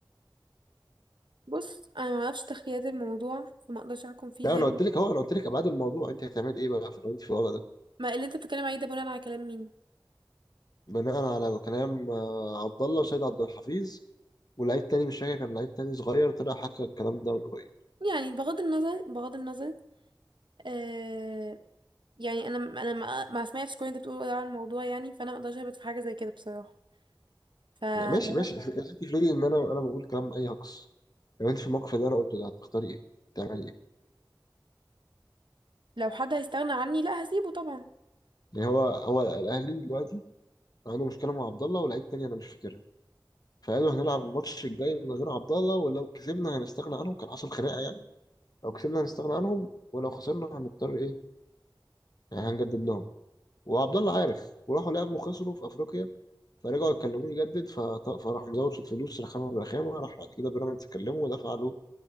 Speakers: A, on the right; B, on the left.
A: بص انا ما اعرفش تخليات الموضوع فما اقدرش احكم فيه
B: لا
A: زي
B: انا قلت لك اهو انا قلت لك ابعاد الموضوع انت هتعمل ايه بقى في لو انت في الوضع ده
A: ما اللي انت بتتكلم عليه ده بناء على كلام مين
B: بناء على كلام آه، عبد الله وسيد عبد الحفيظ ولعيب تاني مش فاكر كان لعيب تاني صغير طلع حكى الكلام ده من قريب
A: يعني بغض النظر بغض النظر آه يعني انا انا مع مع سمية في كل اللي انت بتقوله ده عن الموضوع يعني فانا ما اقدرش اهبط في حاجه زي كده بصراحه فلو
B: لا، ماشي ماشي آه. انت افرضي ان انا انا بقول كلام اي هجص لو انت في الموقف اللي انا قلته ده هتختاري ايه؟ تعملي ايه؟
A: حد هيستغنى عني لا هسيبه طبعا
B: يعني هو هو الاهلي دلوقتي عنده مشكله مع عبد الله ولاعيب تاني انا مش فاكرها فقالوا هنلعب الماتش الجاي من غير عبد الله ولو كسبنا هنستغنى عنهم كان حصل خناقه يعني لو كسبنا هنستغنى عنهم ولو خسرنا هنضطر ايه؟ يعني هنجدد لهم وعبد الله عارف وراحوا لعبوا وخسروا في افريقيا فرجعوا يكلموني يجدد فط- فراح مزود شويه فلوس رخامه من رخامه راح بعد كده بيراميدز كلمه ودفع له